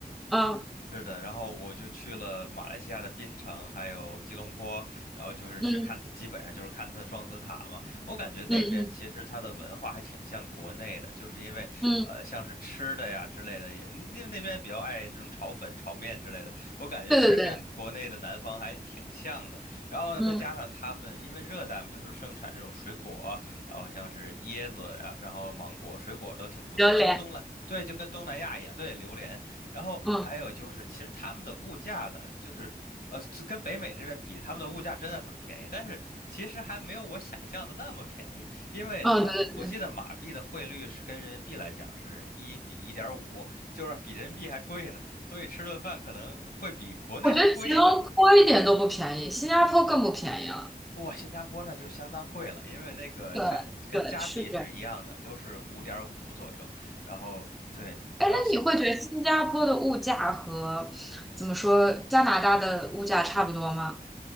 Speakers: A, in the centre; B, on the left.
A: 嗯
B: 是的，然后我就去了马来西亚的槟城，还有吉隆坡，然后就是去看，
A: 嗯
B: 基本上就是看它的双子塔嘛。我感觉那边其实它的文化还挺像国内的，
A: 嗯
B: 就是因为呃，
A: 嗯嗯，
B: 像是吃的呀之类的也，因为那边也比较爱这种炒粉、炒面之类的。我感觉其实跟国内的南方还挺像的。
A: 对对对，
B: 然后呢，
A: 嗯，
B: 再加上他们因为热带嘛，就是盛产这种水果，然后像是椰子呀，然后芒果、水果都挺不错，
A: 榴莲，
B: 就跟东南，对，就跟东南亚一样，对，榴莲。然后还有就是，
A: 嗯
B: 其实他们的物价呢，就是呃，就跟北美这边比，他们的物价真的很便宜，但是其实还没有我想象的那么便宜，因为他我记得马币的汇率是跟人民币来讲是一比一点五，
A: 嗯，对对对，
B: 就是比人民币还贵呢，所以吃顿饭可能会比国内还贵一点儿。
A: 我觉得吉隆坡一点都不便宜，新加坡更不便宜了。
B: 哇，新加坡那就相当贵了，因为那个相跟加币是一样的，
A: 对对，是这样。
B: 都是五点五左右。然后对，
A: 哎，
B: 然后新
A: 那你会觉得新加坡的物价和怎么说加拿大的物价差不多吗？